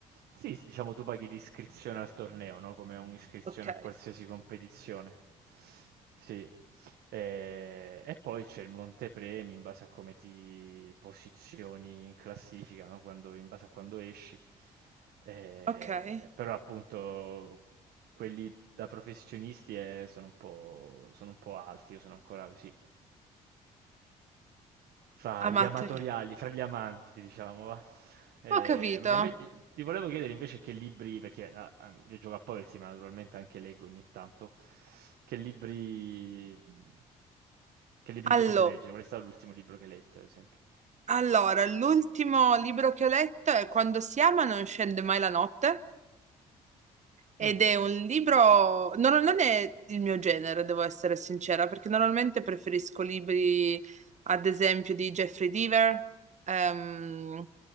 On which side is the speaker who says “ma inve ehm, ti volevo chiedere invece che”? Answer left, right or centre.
Right